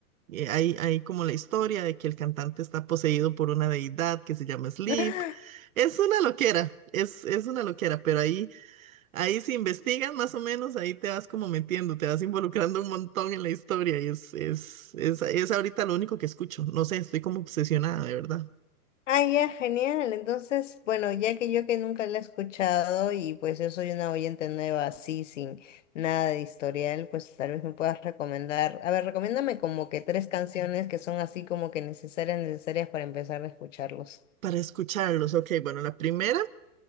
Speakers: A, on the right; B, on the left.
A: eh, hay, hay como la historia de que el cantante está poseído por una deidad que se llama Sleep.
B: <gasps>
A: Es una loquera, es, es una loquera, pero ahí, ahí si investigas más o menos, ahí te vas como metiendo, te vas involucrando un montón en la historia y es, es, es, es ahorita lo único que escucho. No sé, estoy como obsesionada, de verdad.
B: Ah, ya, genial. Entonces, bueno, ya que yo que nunca la he escuchado y pues yo soy una oyente nueva así, sin nada de historial, pues tal vez me puedas recomendar. A ver, recomiéndame como que tres canciones que son así como que necesarias, necesarias para empezar a escucharlos.
A: Para escucharlos, ok, bueno, la primera